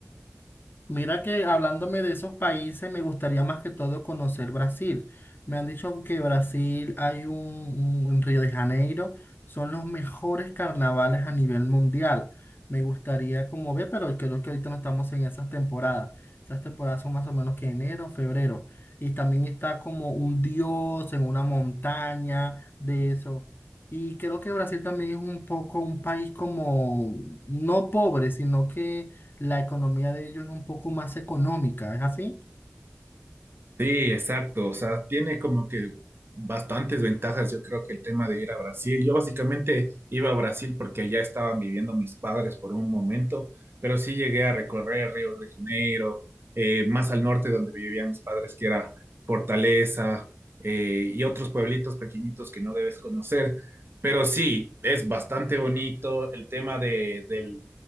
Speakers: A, on the left; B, on the right.
A: Mira que hablándome de esos países, me gustaría más que todo conocer Brasil. Me han dicho que Brasil hay un, un- en Río de Janeiro, son los mejores carnavales a nivel mundial. Me gustaría como ver, pero creo que ahorita no estamos en esas temporadas. Esas temporadas son más o menos que enero, febrero. Y también está como un dios en una montaña de eso. Y creo que Brasil también es un poco un país como no pobre, sino que la economía de ellos es un poco más económica, ¿es así?
B: Sí, exacto. O sea, tiene como que bastantes ventajas. Yo creo que el tema de ir a Brasil. Yo básicamente iba a Brasil porque allá estaban viviendo mis padres por un momento, pero sí llegué a recorrer Río de Janeiro, eh, más al norte donde vivían mis padres, que era Fortaleza, eh, y otros pueblitos pequeñitos que no debes conocer. Pero sí, es bastante bonito. El tema de, del,